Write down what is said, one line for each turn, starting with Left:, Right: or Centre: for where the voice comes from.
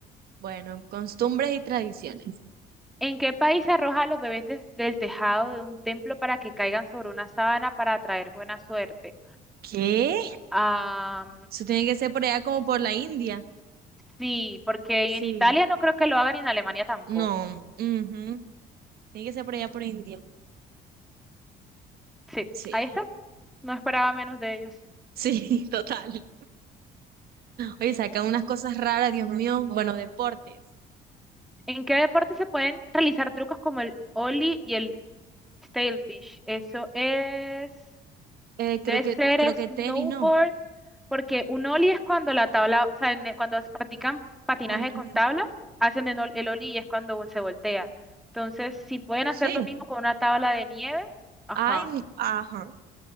Right: Bueno, costumbres y tradiciones.
Centre: ¿En qué país se arroja a los bebés desde el tejado de un templo para que caigan sobre una sábana para atraer buena suerte?
Right: ¿Qué?
Centre: Ah,
Right: Eso tiene que ser por allá como por la India.
Centre: sí, porque
Right: Sí.
Centre: en Italia no creo que lo hagan y en Alemania tampoco.
Right: No. ujú. Tiene que ser por allá por India.
Centre: Sí,
Right: Sí.
Centre: ahí está. No esperaba menos de ellos.
Right: Sí, <laughs> total. Oye, sacan unas cosas raras, Dios mío. Bueno, deportes.
Centre: ¿En qué deporte se pueden realizar trucos como el ollie y el Stalefish, eso es,
Right: Eh,
Centre: debe
Right: creo que,
Centre: ser
Right: creo
Centre: snowboard,
Right: que tenis, ¿no?
Centre: porque un ollie es cuando la tabla, o sea, en- cuando practican patinaje
Right: Oye,
Centre: con tablas, hacen el, ol- el ollie y es cuando se voltea. Entonces, si pueden hacer
Right: Sí.
Centre: lo mismo con una tabla de nieve, ajá,
Right: Ay, mi- ajá,